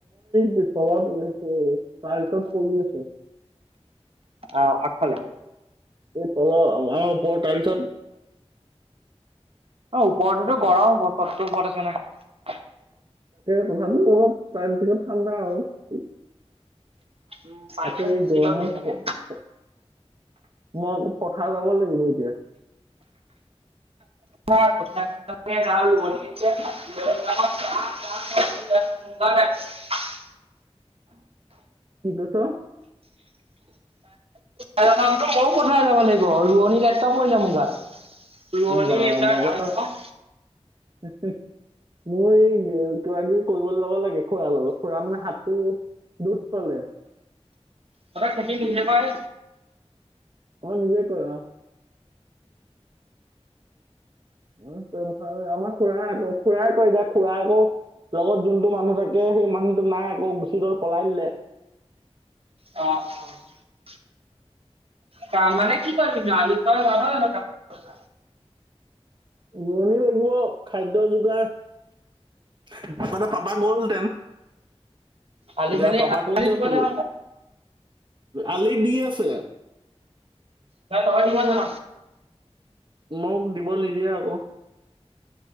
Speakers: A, on the right; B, on the right.
A: সব চাৰ তত প আছে <unintelligible>
B: অহ আগফালে
A: তলৰ আমাৰ ওপৰত তাই লিচোন <unintelligible>
B: অ ওপৰৰততো গৰম চদৰটো ওপৰত আছো নহয়
A: তভাতো অলপ প্ৰায় থিলপ ঠাণ্ডা আৰু <unintelligible> <unintelligible>
B: উম পানীয়ে
A: আকৌ এই
B: মুচি
A: গৰমত
B: লয় ধুনীয়াকে
A: মই আকৌ পথাৰ যাব লাগিব এতিয়া
B: <unintelligible> <unintelligible>
A: <inaudible> কি কৈছ?
B: <unintelligible> যাব লাগিব ৰোৱনী গাতটা পৰিলে মোৰ গাত। ৰোৱানি
A: বা
B: এই বিলাক
A: মজা
B: আহে ন'
A: <unintelligible> কিবা -কিবি কৰিব যাব লাগে খুৰা লগত খুৰা মানে হাতটো দুখ পালে। <inaudible>
B: তহতৰ খেতিখিনি হে পাই।
A: অহ, নিজ কৰা। অহ, আমাৰ খুুড়াৰ আকৌ- খুড়াৰ আকৌ- এতিয়া খুড়া আকৌ লগত যোনটো মানুহ থাকে সেই মানুহটো নাই আকৌ গুচি গ'ল পলাই দিলে
B: <unintelligible> কাম মানে কি কৰিব ন' <unintelligible>
A: ৰোৱনি লাগিব খাদ্য যোগাৰ <unintelligible> পাবা বল দেম
B: আলি
A: এতিয়া
B: চালি
A: পাবা ক'ত
B: আলি
A: যাব
B: দিব
A: পৰিব
B: জান
A: আলি দি আছে
B: নে তই দিব জান
A: মোক দিব নিদিয়ে আকৌ